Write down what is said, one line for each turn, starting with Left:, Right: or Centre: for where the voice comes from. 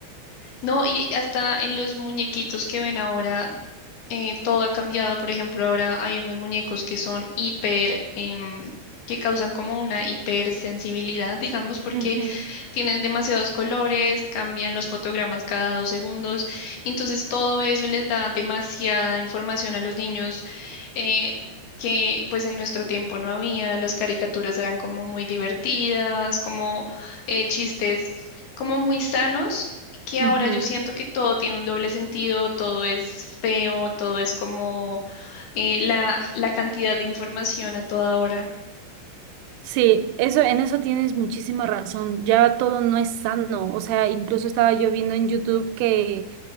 Left: No, y hasta en los muñequitos que ven ahora, eh, todo ha cambiado. Por ejemplo, ahora hay unos muñecos que son hiper, em, que causan como una hipersensibilidad, digamos, porque
Right: Ujú,
Left: tienen demasiados colores, cambian los fotogramas cada dos segundos, y entonces todo eso les da demasiada información a los niños eh, que pues en nuestro tiempo no había, las caricaturas eran como muy divertidas, como eh, chistes como muy sanos. que
Right: ujú.
Left: ahora yo siento que todo tiene un doble sentido, todo es feo, todo es como eh, la, la cantidad de información a toda hora.
Right: Sí, eso, en eso tienes muchísima razón. Ya todo no es sano. O sea, incluso estaba yo viendo en YouTube que